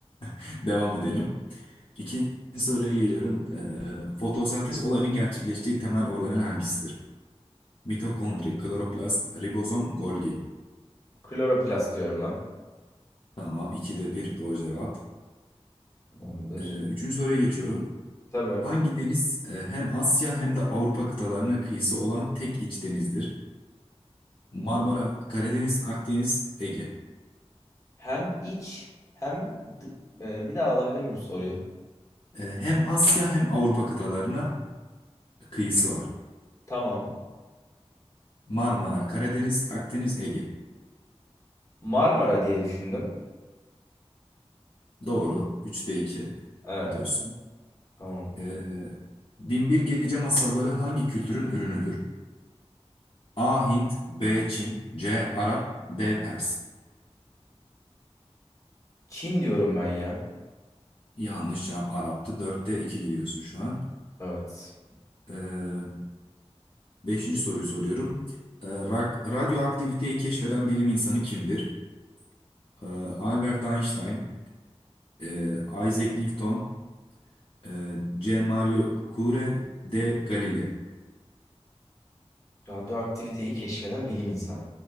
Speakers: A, on the left; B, on the left.
A: <laughs> Devam edelim. İkinci soruya geliyorum. Ee, fotosentez olayının gerçekleştiği temel organel hangisidir? Mitokondri, kloroplast, ribozom, Golgi.
B: Kloroplast diyorum ben.
A: Tamam, ikide bir doğru cevap.
B: Tamamdır.
A: Ee, üçüncü soruya geçiyorum.
B: Tabii.
A: Hangi deniz e, hem Asya hem de Avrupa kıtalarına kıyısı olan tek iç denizdir? Marmara, Karadeniz, Akdeniz, Ege.
B: Hem iç hem dı- e, bir daha alabilir miyim soruyu?
A: Ee, hem Asya hem Avrupa kıtalarına kıyısı var.
B: Tamam.
A: Marmara, Karadeniz, Akdeniz, Ege.
B: Marmara diye düşündüm.
A: Doğru. Üçte iki
B: Evet.
A: diyorsun.
B: Tamam.
A: Ee,
B: Te-
A: Binbir Gece Masalları hangi kültürün ürünüdür? A. Hint, B. Çin, C. Arap, D. Pers.
B: Çin diyorum ben ya.
A: Yanlış cevap Arap'tı. Dörtte 2 gidiyorsun şu an.
B: Evet.
A: Ee, beşinci soruyu soruyorum. Ee, rak- radyoaktiviteyi keşfeden bilim insanı kimdir? Ee, Albert Einstein, e, Isaac Newton, e, C. Mario Curie, D. Galileo.
B: Radyoaktiviteyi keşfeden bilim insanı.